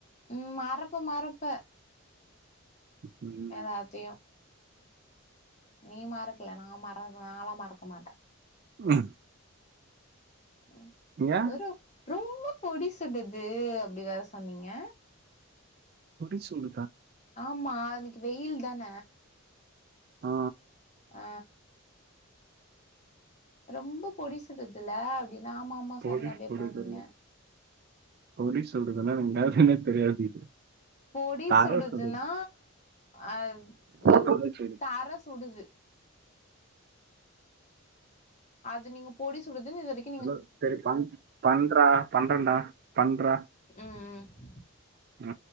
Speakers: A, on the left; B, on the right.
A: ம் மறப்ப மறப்ப
B: ம் ம்
A: பாத்தையு நீ மறக்கல நான் மற நாலா மறக்க மாட்டே
B: ம்
A: அ
B: நீய
A: வுரு ரொம்ப பொடி சுடுது அப்டி வேற சொன்னீங்க
B: பொடி சுடுதா
A: ஆமா ஆ அன்னிக்கி வெயில் தான
B: ஆ
A: ஆ ரொம்ப பொடி சுடுதுல அப்டின்னா ஆமா ஆமா
B: பொடி
A: சொன்னனே அப்ட்யே
B: சுடுதல்ல
A: போனீங்க
B: பொடி சொல்றதுன்னா கேல்ஃபுன்னே தெரியாது இது
A: பொடி
B: தர
A: சுடுதுன்னா
B: சுடுது
A: அ மீன்
B: சரி சரி
A: தர சுடுது அது நீங்க பொடி சுடுதுணு இதுவரிக்
B: எனோ செரி பண் பண்றா பண்றன்டா பண்றா
A: ம்ம்
B: ஆ